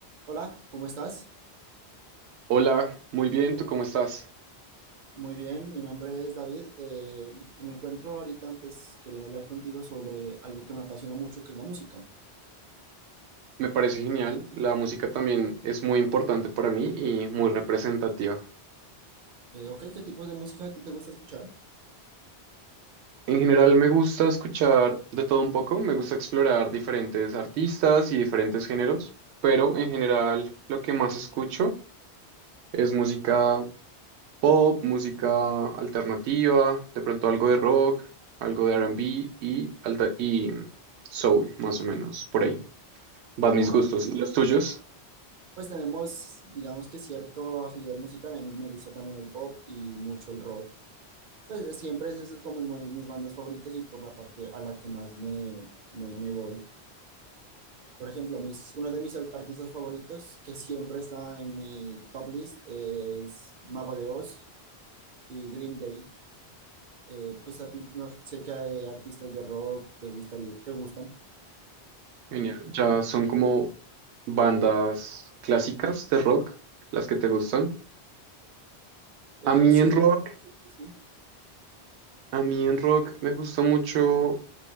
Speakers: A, on the right; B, on the right.
A: Hola, ¿cómo estás?
B: Hola, muy bien, ¿tú cómo estás?
A: Muy bien, mi nombre es David. eh, me encuentro ahorita pues queriendo hablar contigo sobre algo que me apasiona mucho, que es la música.
B: Me parece genial, la música también es muy importante para mí y muy representativa.
A: Eh, ok, ¿qué tipos de música a ti te gusta escuchar?
B: En general me gusta escuchar de todo un poco, me gusta explorar diferentes artistas y diferentes géneros, pero en general lo que más escucho es música pop, música alternativa, de pronto algo de rock, algo de R&B y, alta- y soul, más o menos, por ahí. Van
A: Ah,
B: mis gustos.
A: ok.
B: ¿Y los tuyos?
A: Pues tenemos, digamos que cierta afinidad musical. A mí me gusta también el pop y mucho el rock. Pues de siempre es, eso es como muy- mis bandas favoritas y por la parte a la que más me, me, me voy. Por ejemplo, mis, uno de mis ar- artistas favoritos, que siempre está en mi top list, es Mago de Oz y Green Day. Eh, pues a ti no sé qué eh, artistas de rock te gustaría, te gustan.
B: Genial. Ya son como bandas clásicas de rock las que te gustan.
A: Eh,
B: A mí
A: sí,
B: en
A: sí,
B: rock,
A: podría decir que sí.
B: a mí en rock me gustó mucho